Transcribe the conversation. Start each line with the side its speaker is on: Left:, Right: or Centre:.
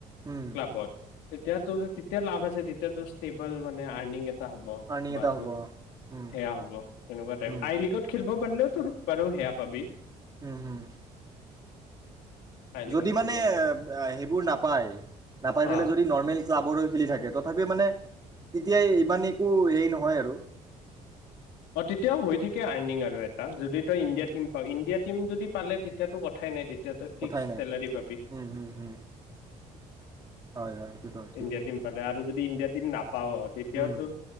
Right: উম
Left: ক্লাবত তেতিয়াতোৰ তেতিয়া লাভ আছে তেতিয়াতোচ টেবল মানে আৰ্নিং। হ'ব
Right: আৰ্নিং এটা
Left: বা তোৰ
Right: হ'ব
Left: সেয়া
Right: অ উম
Left: হ'ব তেনেকুৱা টাইপ
Right: উম
Left: আই লিগত খেলিব বলো তোৰ বাৰু হেয়াপাবি
Right: হয় হম
Left: আই লিগত
Right: যদি মানে
Left: খেলিব পাৰি
Right: সেইবোৰ নাপায় নাপাই পেলাই
Left: অ
Right: যদি নৰ্মেল ক্লাবৰ খেলি থাকে তথাপিও মানে তেতিয়া ইমান একো হেৰি নহয় আৰু
Left: অ তেতিয়াও হৈ থাকে আৰ্নিং আৰু এটা যদি তই ইণ্ডিয়া টিম পাৱ ইণ্ডিয়া টিম যদি পালে তেতিয়াতো কথাই নাই তেতিয়া এতিয়া তই ফিক্সড
Right: কথাই নাই
Left: চেলাৰী পাবি।
Right: উম হম হম হয় হয় এইটোতো ঠিক
Left: ইণ্ডিয়া টিম পালে আৰু যদি ইণ্ডিয়া টিম নাপা তেতিয়াও
Right: উম
Left: তোৰ।